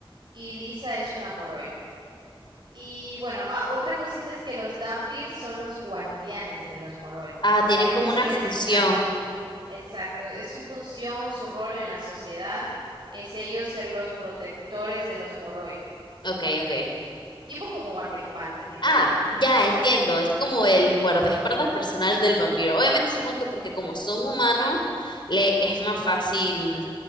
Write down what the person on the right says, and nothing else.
y Lisa es una Moroi. Y bueno, ah, otra cosita es que los Dampir son los guardianes de los Moroi.
O
sea, a ellos
se
les
encarga. Exacto, es su función, su rol en la sociedad, es ellos ser los protectores de los Moroi.
Tipo como guardaespaldas, literalmente
eso.